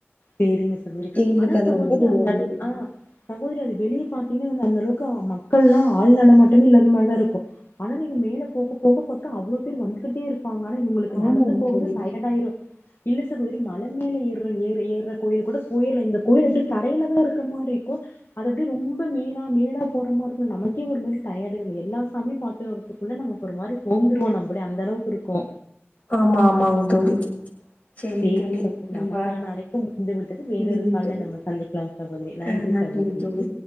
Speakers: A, on the left; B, on the left.
A: சேரிங்க சகோதரி
B: எங்களுக்கு
A: ஆனா
B: அது
A: சகோதிரி
B: ரொம்ப தூரம்
A: அந்த எடத்
B: தோழி.
A: ஆ சகோதிரி அது வெளிய பாத்திங்னா வந்து அந்த அளவுக்கு மக்கள்லா ஆள் நடமாட்டமே இல்லாத மாரிதா இருக்கு ஆனா நீங்க மேல போக போகப்பாத்தா அவ்ளோ பேர் வந்துகிட்டே இருக் பாங்கான இவங்ளுக்கு
B: ஆமாங்க
A: நடந்து போகுது
B: தோழி.
A: டயட் ஆயிரு இல்ல சகோதரி மல மேல ஏற ஏ ஏறுற கோயில் கூட போயிர்ல இந்த கோயில் அப்டி தரைல தா இருக்க மாரி இருக்கு அது அப்டியே ரொம்ப மேலா மேலா போறமாரி இருக்கு நமக்கே ஒரு மாரி டயர்ட் இருந்து எல்லா சாமியு பாத்து வர்துக்குள்ள நம்ம ஒரு மாரி சோந்துருவோ நம்ளே அந்தளவுக்கு இருக்கு
B: ஆமா ஆமாங் தோழி சரிங்க
A: சேரிங்
B: தோழி.
A: சகோத்ரி
B: நம்ப
A: நமக்கான அழைப்பு முடிந்து விட்டது வேறொரு
B: முடிந்து
A: கால்ல
B: விட்டது.
A: நம்ம சந்திக்லாம் சகோதிரி நன்றி
B: அ நன்றிங்க
A: சகோதிரி
B: தோழி.